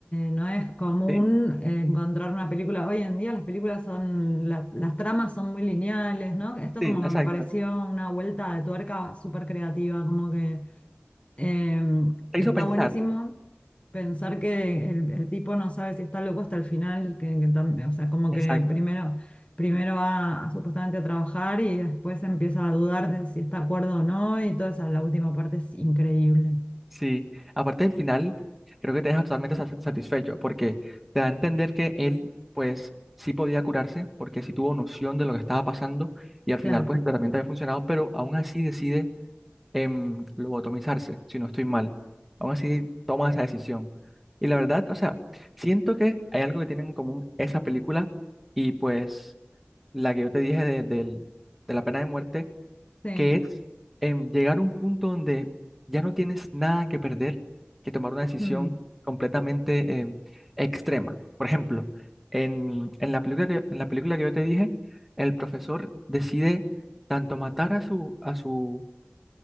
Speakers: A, on the left; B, in the centre.
A: no es común
B: sí,
A: eh, encontrar una película. Hoy en día las películas son, la- las tramas son muy lineales, ¿no? Esto
B: sí,
A: como
B: exacto.
A: que me pareció una vuelta de tuerca súper creativa, como que Em,
B: Te
A: está
B: hizo pensar,
A: buenísimo pensar que el, el tipo no sabe si está loco hasta el final, que, que tam- o sea, como
B: exacto.
A: que primero, primero va a- supuestamente a trabajar y después empieza a dudar de si está de acuerdo o no y toda esa, la última parte es increíble.
B: Sí, aparte del final, creo que te deja totalmente sa- satisfecho porque te da a entender que él, pues, sí podía curarse porque sí tuvo noción de lo que estaba pasando y al final,
A: Claro,
B: pues, el tratamiento había funcionado, pero aún así decide em, lobotomizarse, si no estoy mal. Aún así toma esa decisión. Y la verdad, o sea, siento que hay algo que tienen en común esa película y pues la que yo te dije de, del- de la pena de muerte
A: sí.
B: que es em, llegar a un punto donde ya no tienes nada que perder que tomar una decisión
A: Mm,
B: completamente em, extrema. Por ejemplo, en, en la película que, en la película que yo te dije, el profesor decide tanto matar a su, a su,